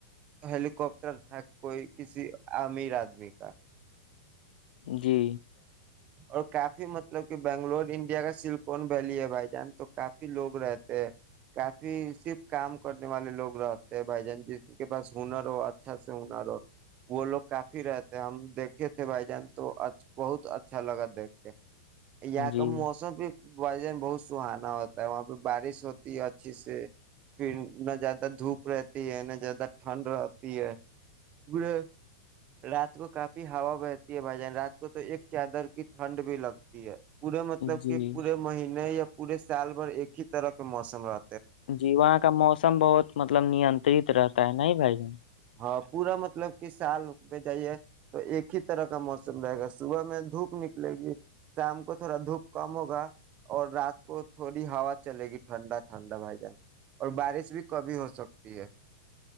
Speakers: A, on the right; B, on the left.
A: ہیلییکپٹر تھا کوئی کسی امیر آدمی کا
B: جی
A: اور کافی مطلب کہ بنگلور انڈیا کا سلکون ویلی ہے بھائی جان تو کافی لوگ رہتے ہیں کافی صرف کام کرنے والے لوگ رہتے ہیں بھائی جان جن کے پاس ہنر ہو اچھا سے ہنر ہو وہ لوگ کافی رہتے ہیں ہم دیکھے تھے بھائی جان تو بہت اچھا لگا دیکھ کے یہاں
B: جی
A: کا موسم بھائی جان بہت سہانا ہوتا ہے وہاں پہ بارش ہوتی ہے اچھی سے پھر نہ زیادہ دھوپ رہتی ہے نہ زیادہ ٹھنڈ رہتی ہے پورے رات کو کافی ہوا بہتی ہے بھائی جان رات اس کو تو ایک چادر کی ٹھنڈ بھی لگتی ہے پورے مطلب
B: جی
A: کہ پورے مہینے یا پورے سال بھر ایک ہی طرح کے موسم رہ
B: جی وہاں کا موسم بہت مطلب نیترت رہتا ت نہیں بھ جان
A: ہاں پورا مطلب کہ سال پہ جائیے تو ایک ہی طرح کا موسم رہے گا صبح میں دھوپ نکلے گی شام کو تھوڑا دھوپ کم ہوگا اور رات کو تھوڑی ہوا چلے گی ٹھنڈا ٹھنڈا بھائی جانس اور بارش بھی کبھی ہو سکتی ہے